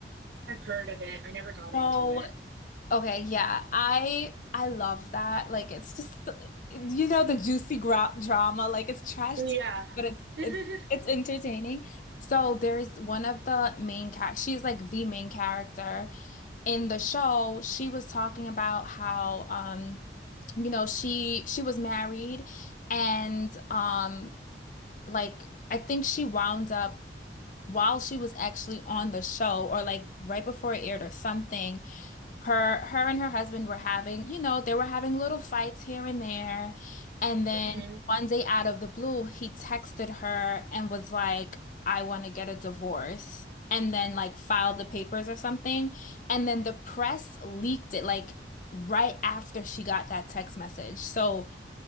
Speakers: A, on the right; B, on the left.
A: I've heard of it. I never got
B: So
A: into it.
B: Okay, yeah. I I love that. Like it's just you know the juicy gra drama, like it's trash
A: Yeah.
B: TV, but it's
A: <laughs>
B: it's it's entertaining. So there's one of the main char she's like the main character in the show. She was talking about how um you know she she was married and um like I think she wound up while she was actually on the show or like right before it aired or something her her and her husband were having, you know, they were having little fights here and there. And then
A: Mhm.
B: one day out of the blue, he texted her and was like, I want to get a divorce. And then like filed the papers or something. And then the press leaked it like right after she got that text message. So